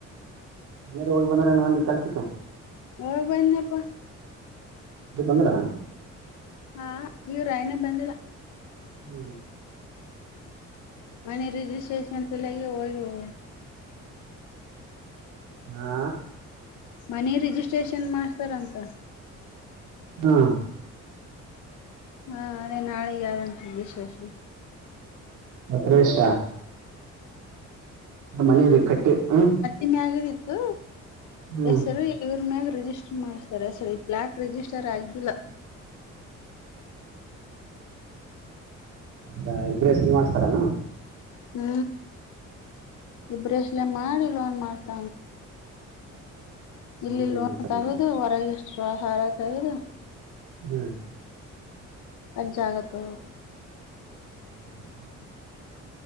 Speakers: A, on the right; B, on the left.
A: ಮನ ಹೋಗಿ ಬಂದ್ರೆಏ ಒಂದು ಕೆಲ್ಸಕ್ಕೆ
B: ಹೋಗಿ ಬಾಂಡ್ಯಪಾ
A: ಅದ ಬಂದ್ರ
B: ಹಾ ಇವ್ರುಾಯನ ಬಂದಿಲ್ಲ
A: ಹೂ
B: ಮನೆ ರಿಜಿಸ್ಟ್ರೇಷನ್ ತಲ್ಲ ಹೋಗ
A: ಹಾ
B: ಮನೆ ರಿಜಿಸ್ಟ್ರೇಷನ್ ಮಾಡಸ್ತಾರ ಅಂತ
A: ಹಾ
B: ಹಾ ಅದೇ ನಾಳೆಗೆ ಯಾರಂತ ವಿಶೇಷ
A: ಮ ಪ್ರವೇಶ ಮನ ರೀ ಕಟ್ಟಿ ಹೂ
B: ಇ ಮ್ಯಾಗದ ಇತ್ತು
A: ಹ್ಮ್
B: ಹೆಸರು ಇವ್ರ ಮ್ಯಾಗ ರಿಜಿಸ್ಟರ್ ಮಾಡ್ತಾರೆ ಸರಿ ಫ್ಲಾಟ್ ರಿಜಿಸ್ಟರ್ ಆಗಿಲ್ಲ
A: ಈಗ ಇಬ್ಬರು ಹೆಸಲ್ ಮಾಡ್ಸ್ತಾರೇನು
B: ಹೂ ಇಬ್ರಷ್ಟಲೆೇ ಮಾಡಿಲ್ನ್ ಮಾಡ್ತ ಇಲ್ಲಿಲ್ಲ
A: ಲೋನ್ ಮಾಡ್ತಾರಂತೆ
B: ತಗೋದು ಹೊರಗೆ ಎಷ್ಟು ಹಾರ ತಗದು
A: ಹೂ
B: ಅಂಜಾಗತ್ತು
A: ಹೂ